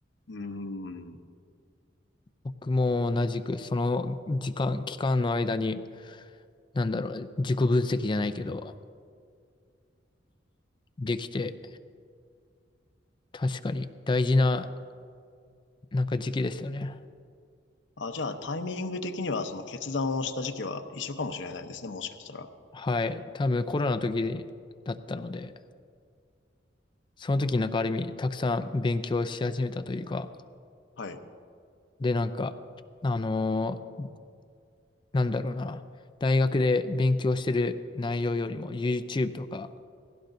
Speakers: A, on the left (about 75°); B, on the left (about 25°).
A: うーん。
B: 僕も同じく、その時間、期間の間に、なんだろう、自己分析じゃないけど、できて、確かに大事な、なんか時期ですよね。
A: あ、じゃあタイミング的にはその決断をした時期は一緒かもしれないですね。もしかしたら。
B: はい。多分コロナの時だったので、その時なんかある意味、たくさん勉強し始めたというか、
A: はい。
B: で、なんか、あのーなんだろうな、大学で勉強してる内容よりも、YouTube とか